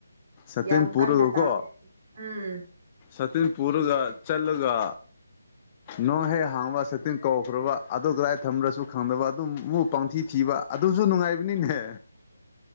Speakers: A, on the left; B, on the right.
A: ꯁꯥꯇꯤꯟ
B: ꯌꯥꯝ
A: ꯄꯨꯔꯒꯀꯣ
B: ꯀꯟꯅ ꯇꯥꯗꯦ ꯎꯝ
A: ꯁꯥꯇꯤꯟ ꯄꯨꯔꯒ ꯆꯂꯒ ꯅꯣꯡ ꯍꯦꯛ ꯍꯥꯡꯕ ꯁꯇꯤꯟ ꯀꯧꯈ꯭ꯔꯕ ꯑꯗꯨ ꯀꯗꯥꯏ ꯊꯝꯃ꯭ꯔꯁꯨ ꯈꯪꯗꯕ ꯑꯗꯨꯨ ꯃꯨꯛ ꯄꯪꯊꯤ ꯊꯤꯕ ꯑꯗꯨꯖꯨ ꯅꯨꯡꯉꯥꯏꯕꯅꯤꯅꯦ